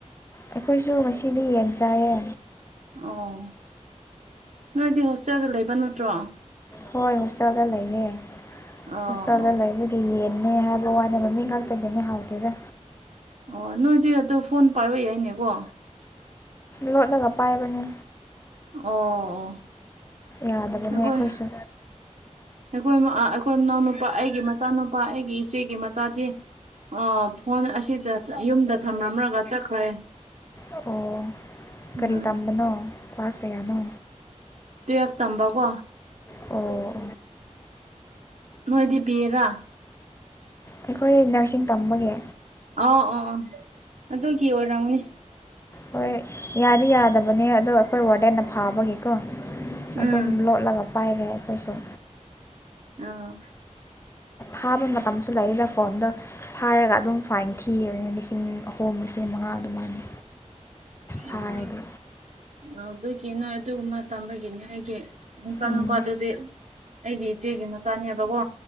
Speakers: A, on the left (about 20°); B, on the right (about 65°).
A: ꯑꯩꯈꯣꯏꯁꯨ ꯉꯁꯤꯗꯤ ꯌꯦꯟ ꯆꯥꯏꯌꯦ
B: ꯑꯣ ꯅꯣꯏꯗꯤ ꯍꯣꯁꯇꯦꯜꯗ ꯂꯩꯕ ꯅꯠꯇ꯭ꯔꯣ
A: ꯍꯣꯏ ꯍꯣꯁꯇꯥꯦꯜꯗ ꯂꯩꯌꯦ
B: ꯑꯣ
A: ꯍꯣꯁꯄꯤꯇꯥꯦꯜꯗ ꯂꯩ ꯌꯦꯟꯅꯦ ꯍꯥꯏꯕ ꯋꯥꯅꯦꯕ ꯃꯤꯡ ꯉꯥꯛꯇꯒꯤꯅꯦ ꯍꯥꯎꯗꯦꯗ
B: ꯑꯣ ꯅꯣꯏꯗꯤ ꯑꯗ ꯐꯣꯟ ꯄꯥꯏꯕ ꯌꯥꯏꯅꯦꯀꯣ
A: ꯂꯣꯠꯂꯒ ꯄꯥꯏꯕꯅꯦ
B: ꯑꯣ
A: ꯌꯥꯗꯕꯅꯦ
B: ꯑꯩꯈꯣꯏ
A: ꯑꯩꯈꯣꯏꯁꯨ
B: ꯑꯩꯈꯣꯏ ꯑꯩꯈꯣꯏ ꯏꯅꯥꯎꯅ ꯅꯨꯄꯥ ꯑꯩꯒꯤ ꯃꯆꯥꯅꯨꯄꯥ ꯑꯩꯒꯤ ꯏꯆꯦꯒꯤ ꯃꯆꯥꯗꯤ ꯑꯥ ꯐꯣꯟ ꯑꯁꯤꯗ ꯌꯨꯝꯗ ꯊꯝꯂꯝꯝꯂ꯭ꯔꯒ ꯆꯠꯈ꯭ꯔꯦ
A: ꯑꯣ ꯀꯔꯤ
B: ꯎꯝ
A: ꯇꯝꯕꯅꯣ ꯄꯥꯁꯇꯌꯥꯅꯣ
B: ꯇꯨꯌꯦꯐ ꯇꯝꯕ ꯀꯣ
A: ꯑꯣ ꯑꯣ
B: ꯅꯣꯏꯗꯤ ꯕꯤꯔꯥ꯫
A: ꯑꯩꯈꯣꯏ ꯅꯔꯁꯤꯡ ꯇꯝꯕꯒꯤ꯫
B: ꯑ ꯑꯣ ꯑꯣ ꯑꯗꯨꯒꯤ ꯑꯣꯏꯔꯝꯅꯤ꯫
A: ꯍꯣꯏ ꯌꯥꯗꯤ ꯌꯥꯗꯕꯅꯦ ꯑꯗꯣ ꯑꯩꯈꯣꯏ ꯋꯥꯔꯗꯦꯟꯅ ꯐꯥꯕꯒꯤꯀꯣ ꯑꯗꯨꯝ
B: ꯎꯝ
A: ꯂꯣꯠꯂꯒ ꯄꯥꯏꯔꯦ ꯑꯩꯈꯣꯏꯁꯨꯨ꯫
B: ꯑꯥꯎ
A: ꯐꯥꯕ ꯃꯇꯝꯁꯨ ꯂꯩꯅ ꯐꯣꯟꯗ ꯐꯥꯔꯒ ꯑꯗꯨꯝ ꯐꯥꯏꯟ ꯊꯤꯕꯅꯤ ꯂꯤꯁꯤꯡ ꯑꯍꯨꯝ꯫ ꯂꯤꯁꯤꯡ ꯃꯉꯥ ꯑꯗꯨꯃꯥꯏꯅ꯫ ꯐꯥꯔꯗꯤ
B: ꯎꯝ꯫ ꯑꯗꯨꯒꯤ ꯅꯣꯏ ꯑꯗꯨꯒꯨꯝꯕ ꯇꯝꯕꯒꯤꯅꯦ ꯑꯩꯒꯤ ꯅꯆꯥ
A: ꯎꯝ
B: ꯅꯨꯨꯄꯥꯗꯨꯗꯤ ꯑꯩꯒꯤ ꯏꯆꯦꯒꯤ ꯃꯆꯥꯅꯦꯕꯀꯣ꯫